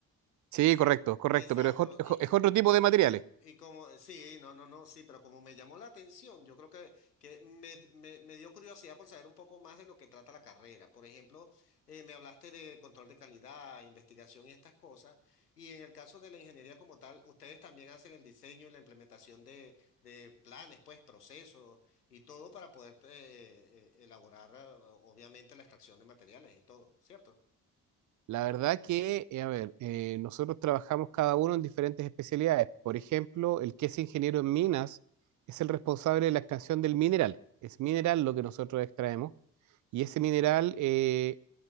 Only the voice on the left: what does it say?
Exacto.
Y,
Y como, sí, no, no, no, sí, pero como me llamó la atención, yo creo que, que me, me- me dio curiosidad por saber un poco más de lo que trata la carrera. Por ejemplo, eh, me hablaste de control de calidad, investigación y estas cosas. Y en el caso de la ingeniería como tal, ustedes también hacen el diseño y la implementación de, de planes, pues, procesos y todo para poder eh, eh, elaborar, eh, obviamente, la extracción de materiales y todo, ¿cierto?